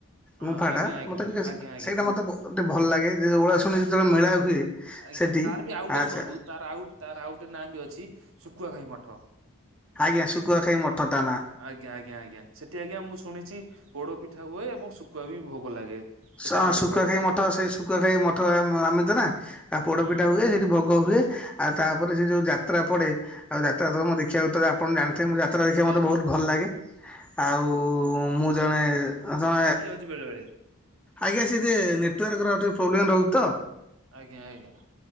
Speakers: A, on the right; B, in the centre.
A: ହଁ
B: ମୁମ୍ଫାଟା
A: ଆଜ୍ଞା ଆଜ୍ଞା
B: ମତେ ଟିକେ
A: ଆଜ୍ଞା ଆଜ୍ଞା
B: ସେଇଟା ମତେ ଟିକେ ଭଲ ଲାଗେ ଯେ ଓଡ଼
A: ଆଜ୍ଞା
B: ଶୁଣି ଯେତେବେଳେ ମେଳା ହୁଏ
A: ଆଜ୍ଞା
B: ସେଠି
A: ତାର ବି ଆଉ ଗଟେ
B: ଆଚ୍ଛା
A: ଶୁଣନ୍ତୁ ତାର ଆଉ ତାର ଆଉ ଗଟେ ନାଁ ବି ଅଛି ଶୁଖୁଆ ଖାଇ ମଠ
B: ଆଜ୍ଞା ଶୁଖୁଆ ଖାଇ ମଠ ତା ନା
A: ଆଜ୍ଞା ଆଜ୍ଞା ଆଜ୍ଞା ସେଠି ଆଜ୍ଞା ମୁଁ ଶୁଣିଛି ପୋଡ ପିଠା ହୁଏ ଏବଂ ଶୁଖୁଆ ବି ଭୋଗ ଲାଗେ ସେ
B: ହ
A: ଠାକୁରାଣୀ
B: ଶୁଖୁଆ
A: ପାଖରେ
B: ଖାଇ ମଠ ସେ ଶୁଖା ଖାଇ ମଠ ଆମିିତ ନା ଆଉ ପୋଡପିଠା
A: ହୁଁ
B: ହୁଏ ସେଠି ଭୋଗ ହୁଏ ଆଉ ତାପ ସେ ଯୋଉ ଯାତ୍ରା ପଡ଼େ ଆଉ ଯାତ୍ରା ମ ଦେଖିବାକୁରେ ଆପଣ ଜାଣିଥିବେ ମୁଁ ଯା ପତ୍ର ଦେଖିବା
A: ହ୍ୟାଲୋ
B: ମୋତେ ବହୁତ ଭଲ ଲାଗେ ଆଉ ମୁଁ ଜଣେ ଜଣେ
A: ଆ ବେଳେ ବଳେ
B: ଆଜ୍ଞା ସେ ଟିକେ ନେଟୱାର୍କର ଟିକେ ପ୍ରୋବ୍ଲେମ୍ ରହୁଛି ତ
A: ଆଜ୍ଞା ଆଜ୍ଞା